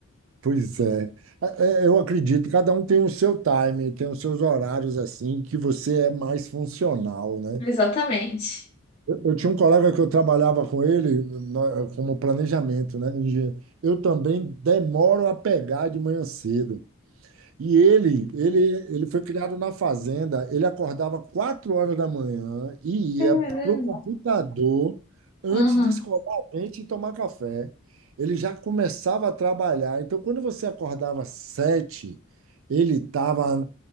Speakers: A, on the right; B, on the left.
A: Pois é. É, é, Eu acredito, cada um tem o seu time, tem os seus horários assim, que você é mais funcional, né?
B: Exatamente.
A: Eu, eu tinha um colega que eu trabalhava com ele na- como planejamento, né? engenheiro. Eu também demoro a pegar de manhã cedo, e ele, ele, ele foi criado na fazenda. Ele acordava quatro horas da manhã e
B: Caramba.
A: ia para o computador antes
B: Uhum.
A: de escovar a dente e tomar café. Ele já começava a trabalhar. Então, quando você acordava às sete, ele estava